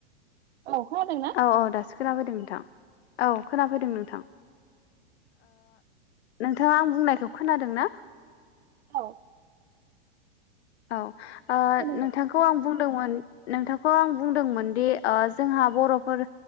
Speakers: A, on the right; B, on the left.
A: औ खोनादोंना?
B: औ औ दासो खोनाफैदों नोंथां औ खोनाफैदों नोंथां। नोंथाङा आं बुंनायखौ खोनादों ना?
A: औ
B: औ नोंथांखौ
A: दे।
B: आं बुं दोंमोन नोंथांखौ आं बुंदोंमोन दि जोंहा बर'फोर